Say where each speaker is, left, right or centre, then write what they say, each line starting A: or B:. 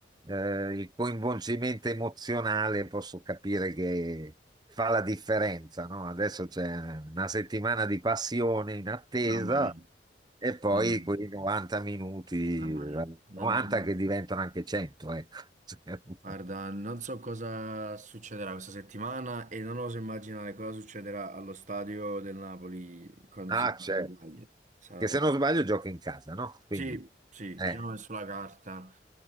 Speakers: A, on the right; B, on the right.
A: eh, il coinvolgimento emozionale posso capire che fa la differenza, no? Adesso c'è una settimana di passione in attesa
B: Mamma mia,
A: e poi
B: mamma mia,
A: quei 90 minuti,
B: mamma mia. Non-
A: 90 che diventano anche 100, ecco. <laughs>
B: Guarda, non so cosa succederà questa settimana e non oso immaginare cosa succederà allo stadio del Napoli quando
A: Ah,
B: ci sarà
A: certo.
B: il Napoli-Cagliari. Sarà
A: Che se
B: proprio-
A: non sbaglio gioca in casa, no? Quindi,
B: Sì, sì,
A: eh.
B: diciamo che sulla carta